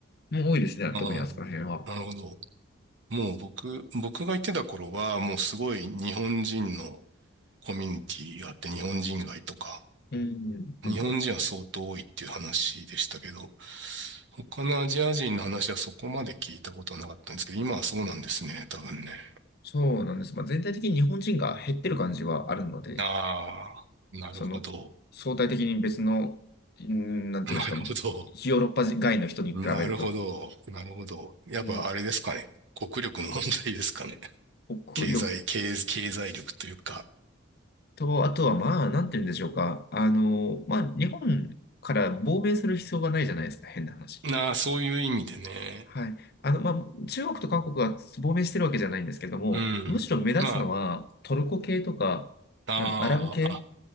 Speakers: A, on the left (about 50°); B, on the right (about 60°).
A: う多いですね。
B: あーなるほど。
A: 特にあそこら辺は。
B: もう僕、僕が行ってた頃は、もうすごい日本人のコミュニティがあって、日本人街とか、
A: うん、うん。
B: 日本人は相当多いっていう話でしたけど、他のアジア人の話はそこまで聞いたことはなかったんですけど、今はそうなんですね、多分ね。
A: そうなんです。まあ、全体的に日本人が減ってる感じはあるので、
B: ああ、なるほど。
A: その、相対的に別の、うん、なんていうんですか、
B: なるほど。
A: ヨーロッパ外の人に比べると、
B: なるほど。なるほど。やっぱあれですかね。
A: うん、
B: 国力の問題ですかね。
A: 国力
B: 経済、経、経済力というか。
A: と、あとはまあ、なんて言うんでしょうか。あの、まあ、日本から亡命する必要がないじゃないですか、変な話。
B: なあ、そういう意味でね。
A: はい。あの、まあ、中国と韓国が亡命してるわけじゃないんですけども、
B: うん。
A: むしろ目立つのはトルコ系とか、
B: まあ、
A: あの、アラブ系。
B: あ